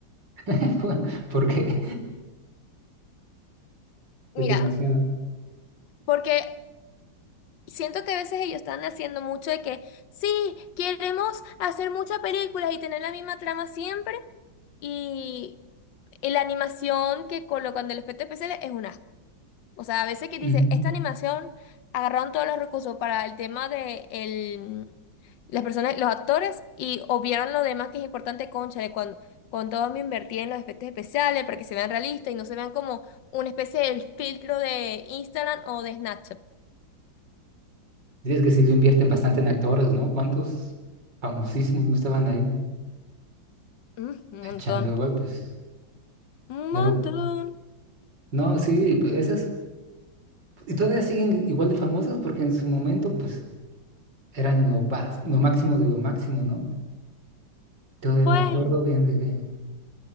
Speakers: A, on the right; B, on the left.
A: <laughs> porque es
B: Mira,
A: demasiado.
B: porque siento que a veces ellos están haciendo mucho de que, sí, queremos hacer muchas películas y tener la misma trama siempre, y, y la animación que colocan del efecto especial es una O sea, a veces que dice,
A: Mm.
B: esta animación agarraron todos los recursos para el tema de el, las personas, los actores y obviaron lo demás que es importante, cónchale, cuando, con todo me invertí en los efectos especiales para que se vean realistas y no se vean como una especie de filtro de Instagram o de Snapchat.
A: Sí, es que sí lo invierten bastante en actores, ¿no? ¿Cuántos famosísimos no estaban ahí
B: Mm, un
A: echando
B: montón,
A: golpes?
B: un
A: Pero
B: montón.
A: no, sí, pues esas Y todavía siguen igual de famosas porque en su momento, pues, eran lo, vas- lo máximo de lo máximo, ¿no? Todavía
B: Bueno,
A: me acuerdo bien de que...